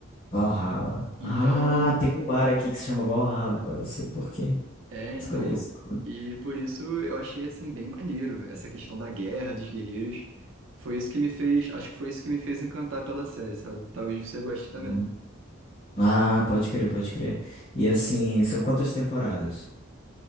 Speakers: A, on the left; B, on the right.
A: Valhalla.
B: Então,
A: Ah, tem um bar aqui que se chama Valhalla, agora eu sei por que
B: é, então.
A: Escolheram esse nome.
B: E por isso eu achei, assim, bem maneiro essa questão da guerra, dos guerreiros. Foi isso que me fez, acho que foi isso que me fez encantar pela série, sabe? Talvez você goste também.
A: Uhum. Ah, pode crer, pode crer. E assim, são quantas temporadas?